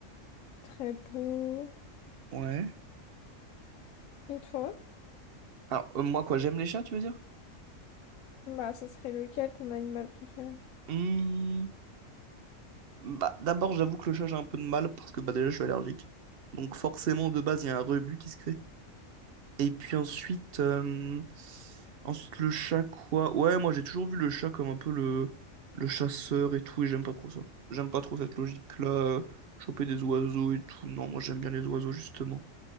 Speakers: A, on the left (about 85°); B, on the right (about 55°).
A: très beaux.
B: ouais.
A: Et toi?
B: Alors euh, moi quoi, j'aime les chats, tu veux dire?
A: Bah, ce serait lequel ton animal préféré?
B: Hmm, bah d'abord j'avoue que le chat j'ai un peu de mal parce que bah déjà je suis allergique, donc forcément de base il y a un rebut qui se crée. Et puis ensuite, euh, ensuite le chat quoi? Ouais, moi j'ai toujours vu le chat comme un peu le, le chasseur et tout, et j'aime pas trop ça. J'aime pas trop cette logique-là, euh, choper des oiseaux et tout. Non, moi j'aime bien les oiseaux justement.